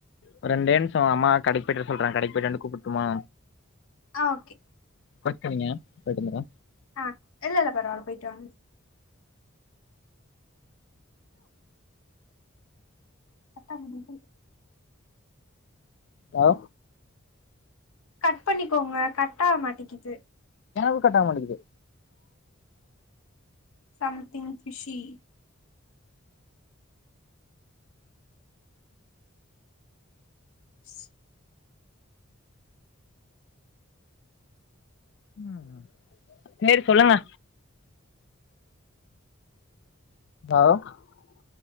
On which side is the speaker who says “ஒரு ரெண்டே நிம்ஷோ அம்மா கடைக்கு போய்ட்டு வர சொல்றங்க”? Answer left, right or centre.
Left